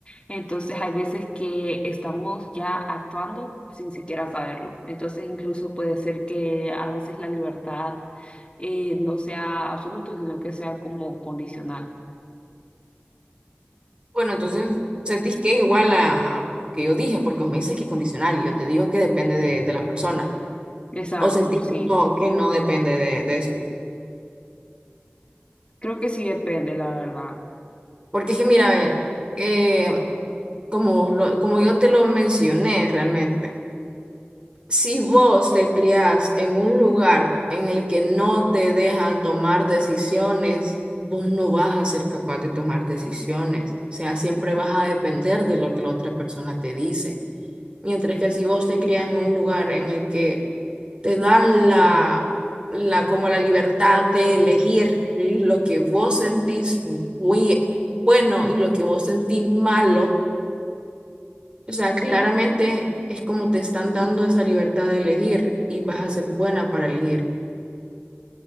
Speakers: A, on the left; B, on the right.
A: Entonces hay veces que estamos ya actuando sin siquiera saberlo. Entonces incluso puede ser que a veces la libertad eh, no sea absoluta, sino que sea como condicional.
B: Bueno, entonces sentís que es igual a, a lo que yo dije, porque vos me dices que es condicional, y yo te digo que depende de, de la persona,
A: Exacto,
B: o sentís
A: sí.
B: que no, que no depende de, de eso.
A: Creo que sí depende, la verdad.
B: Porque es que mira, eh, eh, como, lo- como yo te lo mencioné realmente, Si vos te criás en un lugar en el que no te dejan tomar decisiones, vos no vas a ser capaz de tomar decisiones. O sea, siempre vas a depender de lo que la otra persona te dice. Mientras que si vos te criás en un lugar en el que te dan la, la como la libertad de elegir lo que vos sentís bui- bueno y lo que vos sentís malo, o sea, claramente es como te están dando esa libertad de elegir y vas a ser buena para elegir.